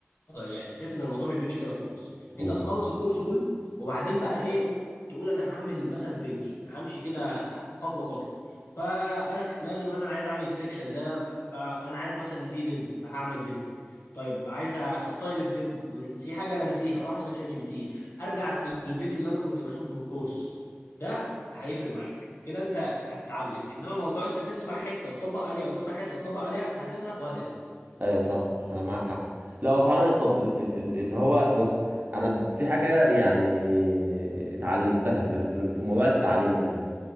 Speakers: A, on the left (about 70°); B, on the right (about 45°).
A: نظري يعني شايف ان الموضوع مش بيمشي كده خالص
B: مم.
A: انت تخلص الكورس كله وبعدين بقى ايه تقول انا هعمل مثلا بيج همشي كده خطوه خطوه فانا في دماغي مثلا عايز اعمل السكشن ده فانا عارف مثلا ان في ديف فهعمل ديف طيب عايز استايل الديف في حاجه انا ناسيها اروح اسال شات جي بي تي ارجع للفيديو اللي انا كنت بشوفه في الكورس ده هيفرق معاك كده انت هتتعلم انما موضوع انت تسمع حته وتطبق عليها وتسمع حته وتطبق عليها هتزهق وهتنسى
B: ايوه صح صح انا معاك حق لا هو فعلا التط... ال- ال- ال- اللي هو بص انا ب- في حاجه يعني اتعلمتها في في في موضوع التعليم ده